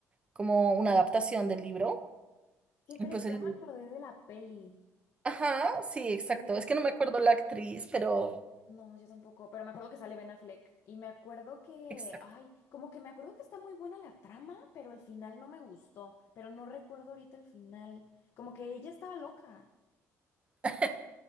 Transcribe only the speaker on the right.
como una adaptación
del libro.
Y
pues el...
Ajá, sí, exacto.
Es
que no
me acuerdo la actriz, pero...
Exacto.
<laughs>